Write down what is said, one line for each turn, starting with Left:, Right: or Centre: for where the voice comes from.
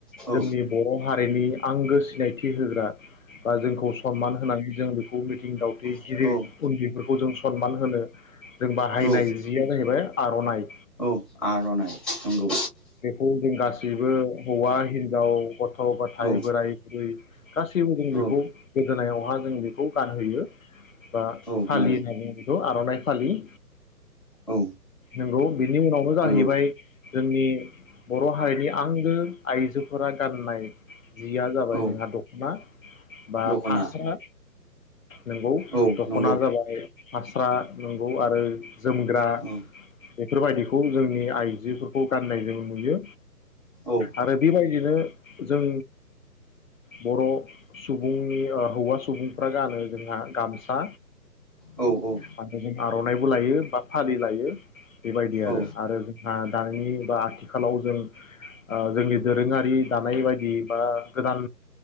Centre: औ
Left: जोंनि बर' हारिनि आंगो सिनायथि होग्रा बा जोंखौ सनमान होनानै जों बेखौ मिथिं दावथि
Centre: औ
Left: गिदिर उन्दैफोरखौ जों सनमान होनो जों बाहायनाय
Centre: औ
Left: जिया जाहैबाय आर'नाइ।
Centre: औ आर'नाइ नंगौ
Left: खौ जों गासैबो हौवा हिनजाव गथ' गथाय
Centre: औ
Left: बोराय बुरै गासैबो जों बेखौ
Centre: औ
Left: गोदोनायावहा जों बेखौ गानहोयो बा
Centre: औ
Left: फालियो
Centre: नंगौ
Left: होनना बुङो बेखौ आर'नाइ फालियो
Centre: औ
Left: नंगौ बेनि उनावनो जाहै
Centre: नंगौ
Left: बाय जोंनि बर' हारिनि आंगो आइजोफोरा गाननाय जिया जाबाय
Centre: औ
Left: जोंहा दख'ना बा
Centre: दख'ना
Left: फास्रा नंगौ
Centre: औ
Left: दख'ना
Centre: नंगौ
Left: जाबाय फास्रा नंगौ आरो जोमग्रा
Centre: औ
Left: बेफोरबायदिखौ जोंनि आइजोफोरखौ गाननाय जों नुयो
Centre: औ
Left: आरो बेबायदिनो जों बर' सुबुंनि हौवा सुबुंफ्रा गानो जोंहा गामसा
Centre: औ औ
Left: माने आर'नाइबो लायो बा फालि लायो बेबायदि आरो
Centre: औ
Left: आरो दानायनि बा आथिखालाव जों जोंनि दोरोङारि दानाय बायदि बा गोदान